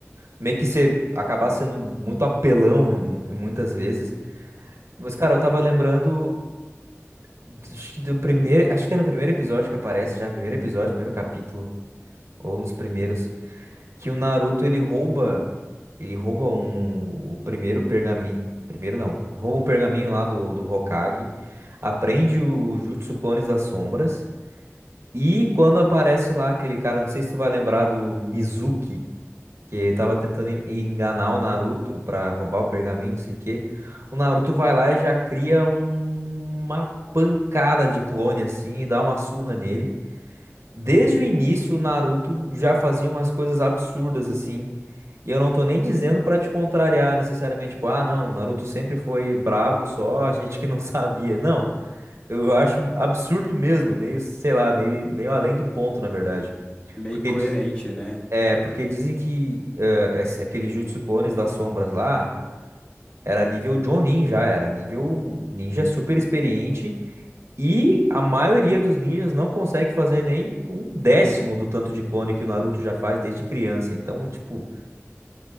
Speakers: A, on the right (about 65°); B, on the left (about 25°).
A: meio que você acabar sendo muito apelão em mu- em muitas vezes. Mas, cara, eu tava lembrando do, acho que do primeiro. Acho que é no primeiro episódio que aparece já, primeiro episódio, primeiro capítulo, ou nos primeiros, que o Naruto ele rouba. Ele rouba um, o primeiro pergaminho. Primeiro não, rouba um pergaminho lá do, do Hokage, aprende o Jutsu Clones das Sombras. E quando aparece lá aquele cara, não sei se tu vai lembrar do Mizuki, que tava tentando en- enganar o Naruto pra roubar o pergaminho, não sei o quê. O Naruto vai lá e já cria um- uma pancada de clone assim e dá uma surra nele. Desde o início, o Naruto já fazia umas coisas absurdas assim. E eu não tô nem dizendo pra te contrariar necessariamente, tipo, ah, não, o Naruto sempre foi brabo só, <laughs> a gente que não <laughs> sabia. Não, eu acho absurdo mesmo, meio, sei lá, meio, meio além do ponto, na verdade.
B: Meio
A: Porque
B: incoerente,
A: diz-
B: né?
A: é, porque dizem que eh, esse- aquele Jutsu Clones das Sombras lá era nível Jonin já, era nível ninja super experiente e a maioria dos ninjas não consegue fazer nem um décimo do tanto de clone que o Naruto já faz desde criança. Então, tipo,